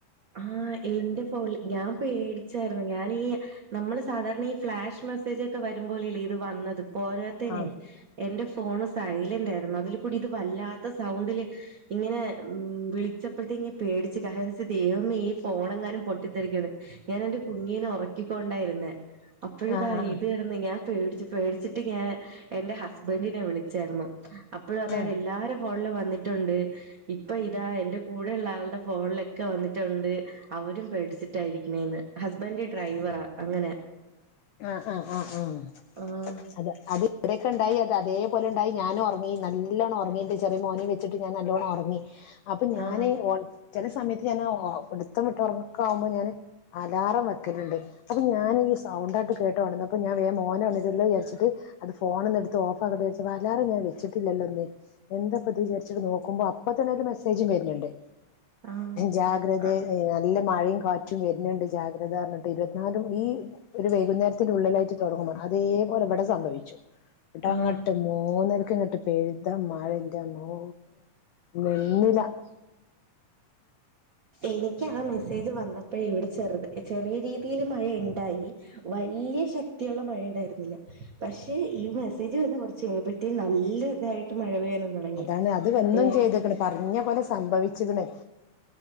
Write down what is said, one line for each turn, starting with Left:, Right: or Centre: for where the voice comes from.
Right: ആഹ് എന്റെ ഫോള് ഞാം പേടിച്ചാരുന്നുംഞാനീ നമ്മള് സാധാരണ ഈ ഫ്ലാഷ് മെസ്സേജ് ഒക്കെ വരുമ്പോലെയല്ലേ ഇത് വന്നത് പോരാത്തേനെ
Left: ആഹ്
Right: എന്റെ ഫ് ഫോണ് സൈലന്റരുന്നു അതിൽ കൂടി ഇത് വല്ലാത്ത സൗണ്ടില് ഇങ്ങനെ മ് വിളിച്ചപ്പോഴത്തേ ങ്ങേ പേടിച്ച് <unintelligible> ദൈവമേ ഈ ഫോണെങ്ങാനും പൊട്ടിത്തെറികൊന്ന് ഞാൻ എന്റെ കുഞ്ഞീനെ ഉറക്കിക്കൊണ്ടായിരുന്നേ അപ്പോഴിതാ
Left: ആഹ് ആഹ്
Right: ഇത്ടന്ന് ഞാൻ പേടിച്ചു പേടിച്ചിട്ട് ഞാൻ എന്റെ ഹസ്ബൻ്റിനെ വിളിച്ചാരുന്നു അപ്പോഴു അതെ
Left: ആഹ്
Right: എല്ലാരും ഫോൺലും വ ന്നിട്ടുണ്ട്. ഇപ്പൊ. ഇതാ എന്റെ കൂടെയുള്ള. ആൾടെ. ഫോണിൽ ക്കെ. വന്നിട്ടുണ്ട്. അവരും പേടിച്ചിട്ടായിരിക്കണേന്ന്. ഹസ്ബൻഡ് ഡ്രൈവറാ അങ്ങനെ
Left: ആ, ആ, ആ, ആം.,
Right: ആഹ്
Left: അത്. അത്. വിടൊക്കെണ്ടായി. അത് അതേപോലെണ്ടായി ഞാനും ഉറങ്ങി നല്ലോണ്ണം ഉറങ്ങി എന്റെ ചെറിയ മോന വച്ചി് ഞാൻ നല്ലോണം ഉറങ്ങി അപ്പൊ ഞാാന്
Right: ആഹ്
Left: ചില സമയത്ത് ഞാൻ പിടുത്തം വിിട്ട് ഉറങ്ങക്ക ആകുമ്പോൾ ഞാൻ അലാറം വെക്കലുണ്ട് അപ്പൊ ഞാൻ സൗണ്ട് കേട്ടോ അപ്പ ഞാ വോനണല്ലോ രിച്ചി് അത് ഫോണന്ന് എടുത്ത് ഓഫ ആട്ടെ വല്ലരും ഞാ വെച്ചിട്ടില്ല എന്തപ്പ ഇത് വിചാരിച്ചിട്ട് നോക്കുമ്പോ അപ്പ തന്നെ ഒരു മെസ്സേജും വരുന്നുണ്ട്
Right: ആഹ്
Left: ജാഗ്രത
Right: ആഹ്
Left: ന നല്ല മഴയും കാറ്റും വരുന്നുണ്ട്തി ഇരുപത്തിനും ഈ ഇുന്നേരത്തി ഉുള്ളിലായിട്ട് തുടങ്ങുമ്പ അതേപോലെ ഇവിടെ സംഭവിച്ചു
Right: ആഹ്
Left: അങ്ങട്ട് മൂന്നര ങ്ങട്ട് പെഴുത മാഴിന്റെ നോ നന്നില <inaudible>
Right: എനിക്ക് ആ മെസ്സേജ് വന്നപ്പോ ഇവിടെ ചെറുത് ചെറിയ രീതിയിൽ മഴയ ഉണ്ടായി വലിയ ശക്തി മഴ ഉണ്ടായിരുന്നില്ല പക്ഷെ ഈ മെസേജ് വന്ന കുറച്ച് കഴിയുമ്പഴത്തേും നല്ലതായിട്ട് മഴ തുടങ്ങി
Left: അതാണ് അത് വന്നും
Right: ഏഹ്
Left: ചെയ്തക്കണ് പറഞ്ഞ പോലെ സംഭവിച്ചിക്കണേ